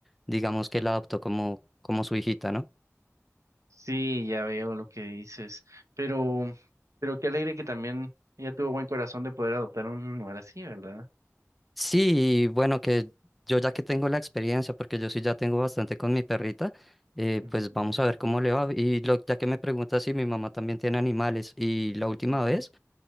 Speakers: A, in the centre; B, on the right.
A: digamos que la adoptó como, como su hijita, ¿no?
B: Sí, ya veo lo que dices. Pero, pero qué alegre que también ella tuvo buen corazón de poder adoptar un animal así, ¿verdad?
A: Sí, y bueno, que yo ya que tengo la experiencia, porque yo sí ya tengo bastante con mi perrita, eh,
B: Ujú,
A: pues vamos a ver cómo le va. Y lo, ya que me pregunta si mi mamá también tiene animales, y la última
B: ujú.
A: vez,